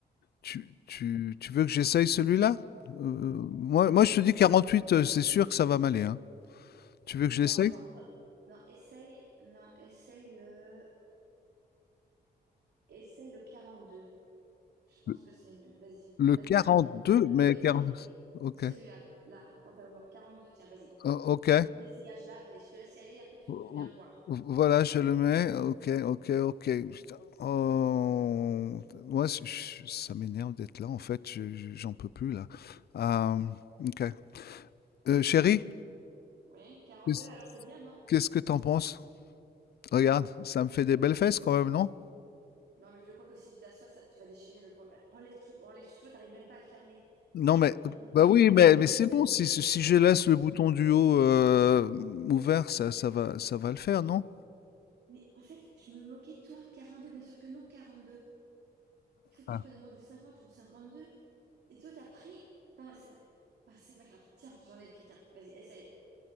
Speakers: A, on the left; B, on the right.
A: tu, tu, tu veux que j'essaye celui-là? Euh, moi, moi, je te dis 48, euh, c'est sûr que ça va m'aller, hein. Tu veux que je
B: Alors,
A: l'essaye?
B: attends. toi- Non, essaye... Non, essaye le... Essaye le 42. Je pense
A: Le
B: que c'est mieux. Vas-y.
A: le
B: Vas-y, tiens.
A: deux
B: Tiens.
A: mais
B: Oui, oui,
A: 40.
B: tiens. Oui.
A: Ok.
B: Celui-là, là, pantalon noir 42. Tiens, vas-y.
A: Oh, ok.
B: Cabine d'essayage là, vas-y, je te laisse y aller, après tu,
A: Vo-
B: tu viens
A: vo-
B: me voir.
A: Voilà, je le mets. Ok, ok, ok. Putain. Oh, moi, je- je- ça m'énerve d'être là. En fait, je- je- j'en peux plus là. Euh, ok. Euh, chérie,
B: Oui, Quarante-deux,
A: qu'est-ce
B: alors c'est bien, non?
A: qu'est-ce que t'en penses? Regarde, ça me fait des belles fesses quand même, non?
B: Non, mais je crois que si tu t'assois, ça, tu vas déchirer le... pan- euh, Enlève tout, enlève tout, toi, t'arrives même pas à le fermer.
A: Non, mais
B: T'arrives même
A: bah
B: pas à
A: oui,
B: fermer
A: mais,
B: les boutons,
A: mais c'est bon.
B: là.
A: Si, si si je laisse le bouton du haut euh, ouvert, ça, ça va, ça va le faire, non?
B: Mais en fait, je me moquais de toi. quarante-deux, bien sûr que non, quarante-deux. Il faut que
A: Ah.
B: tu prennes au moins du 50 ou du 52. Et toi, t'as pris... Enfin, c'est ah, c'est pas grave. Tiens, j'en ai pris, tiens. Vas-y, essaye.